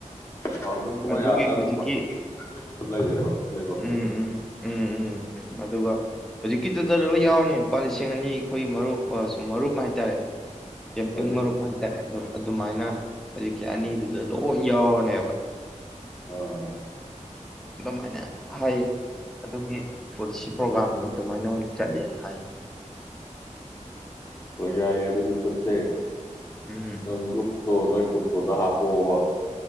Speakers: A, on the left; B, in the centre.
A: ꯑ ꯑꯗꯨꯝ ꯃꯣꯏ
B: ꯑꯗꯨꯒꯤ
A: ꯑꯥꯗ
B: ꯍꯧꯖꯤꯛꯀꯤ
A: ꯑꯗꯨꯝ ꯍꯣꯏ ꯑꯗꯨꯝ ꯂꯩꯌꯦꯕ ꯑꯩꯈꯣꯏ ꯂꯩꯐꯝꯁꯦ
B: ꯎꯝ ꯎꯝ ꯎꯝ ꯎꯝ ꯑꯗꯨꯒ ꯍꯧꯖꯤꯛꯀꯤ ꯌꯥꯎꯅꯤ ꯂꯨꯄꯥ ꯂꯤꯁꯤꯡ ꯑꯅꯤ ꯑꯩꯈꯣꯏꯒꯤ ꯃꯔꯨꯞ ꯃꯔꯨꯞ ꯍꯥꯏꯇꯥꯔꯦ ꯀꯦꯝꯄꯤꯡ
A: ꯍꯣꯏꯅꯦ
B: ꯃꯔꯨꯞ ꯍꯥꯏꯇꯥꯔꯦ ꯑꯗꯣ ꯑꯗꯨꯃꯥꯏꯅ ꯍꯧꯖꯤꯛꯀꯤ ꯑꯅꯤꯗꯨꯗ ꯂꯣꯏ ꯌꯥꯎꯔꯅꯦꯕ
A: ꯑꯥ
B: ꯏ ꯃꯅꯦ ꯍꯥꯏ ꯑꯗꯨꯝ ꯃꯤ ꯄꯁꯤ ꯄ꯭ꯔꯣꯒꯥꯝꯗꯨꯣ ꯑꯗꯨꯃꯥꯏꯅ ꯑꯣꯏꯅ ꯆꯠꯂꯦꯅ ꯍꯥꯏ
A: ꯍ ꯌꯥꯏꯌꯦꯗꯨꯗꯤꯖꯠꯁꯦ
B: ꯎꯝ
A: ꯅ ꯇ ꯅꯣꯏ ꯈꯨꯨꯞꯇꯣꯗ ꯍꯥꯄꯣꯕ